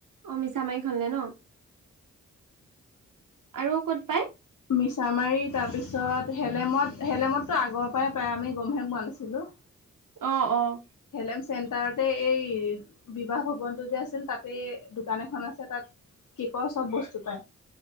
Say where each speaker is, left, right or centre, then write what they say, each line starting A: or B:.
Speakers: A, on the right; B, on the left.
A: অ' মিছামাৰিখনলে ন'? আৰু ক'ত পায়?
B: মিছামাৰি, তাৰপিছত হেলেমত- হেলেমততো আগৰ পৰাই পায়। আমি গমহে পোৱা নাছিলোঁ।
A: অ' - অ'।
B: হলেম চেণ্টাৰতে এই বিবাহ ভৱনটো যে আছিল, তাতে দোকান এখন আছে। তাত কেকৰ চব বস্তু পায়।